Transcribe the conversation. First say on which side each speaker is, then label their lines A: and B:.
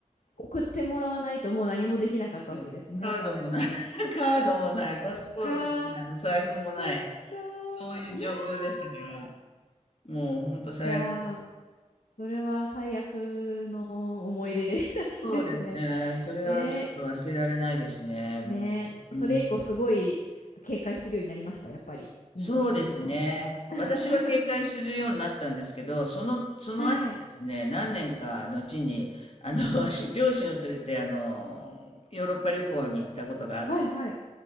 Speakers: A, on the left (about 75°); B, on the left (about 50°).
A: 送ってもらわないともう何もできなかったわけですね、
B: そうカードもない
A: お金ももう。
B: <laughs> カードもない、
A: そっかー、
B: パスポートもない、お財布もない、
A: そっかー、
B: そういう状況でしたから、
A: いやー、
B: もう本当最悪です。
A: いやー、それは最悪の思い出 <laughs> だけですね。
B: そうですね、それはちょっと忘れられないですね、
A: ねえ、
B: もう。
A: ねえ、それ以降すごい警戒するようになりました、
B: うん。
A: やっぱり、荷物の。
B: そうですね。
A: <laughs>
B: 私は警戒するようになったんですけど、その、その後ですね、
A: はい、
B: 何年か後に、あの、<laughs> 両親を連れて、あの、ヨーロッパ旅行に行ったことがあっ
A: はい、はい。